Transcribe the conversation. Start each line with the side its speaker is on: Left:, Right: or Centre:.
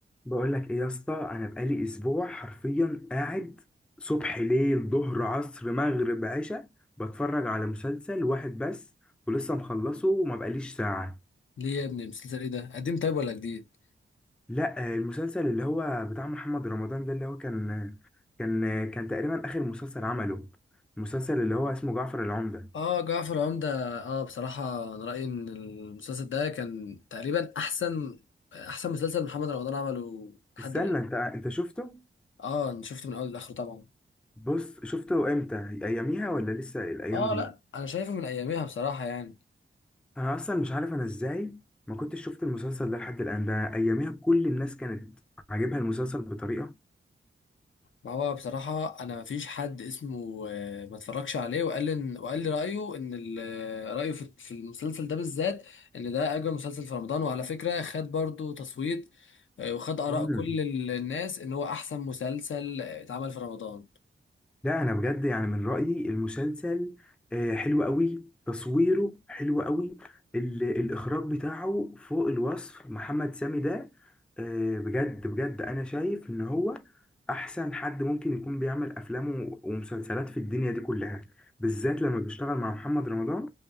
Centre: بقول لك ايه يا اسطى انا بقالي اسبوع حرفيا قاعد صبح ليل ظهر عصر مغرب عشاء بتفرج على مسلسل واحد بس ولسه مخلصه وما بقاليش ساعة
Left: ليه يا ابني مسلسل ايه ده قديم طيب ولا جديد
Centre: لا آه، المسلسل اللي هو بتاع محمد رمضان ده اللي هو كان كان كان تقريبا اخر مسلسل عمله المسلسل اللي هو اسمه جعفر العمدة
Left: اه جعفر العمدة اه بصراحة انا رأيي ان المسلسل ده كان تقريبا احسن احسن مسلسل محمد رمضان عمله لحد
Centre: استنى
Left: الآن
Centre: انت انت شفته
Left: اه انا شفته من اول لاخره طبعا
Centre: بص شفته امتى اياميها ولا لسه الايام
Left: اه
Centre: دي
Left: لا انا شايفه من اياميها بصراحة يعني
Centre: انا اصلا مش عارف انا ازاي ما كنتش شفت المسلسل ده لحد الان ده اياميها كل الناس كانت عاجبها المسلسل بطريقه
Left: ما هو بصراحة أنا مفيش حد اسمه آه، ما اتفرجش عليه وقال لي إن وقال لي رأيه إن ال- آه، رأيه في في المسلسل ده بالذات إن ده أجمل مسلسل في رمضان وعلى فكرة خد برضو تصويت آه، وخد آراء
Centre: مم.
Left: كل ال- الناس إن هو أحسن مسلسل آه، اتعمل في رمضان
Centre: لا انا بجد يعني من رايي المسلسل آه، حلو قوي تصويره حلو قوي ال- الاخراج بتاعه فوق الوصف محمد سامي ده آه، بجد بجد انا شايف ان هو احسن حد ممكن يكون بيعمل افلام و- ومسلسلات في الدنيا دي كلها بالذات لما بيشتغل مع محمد رمضان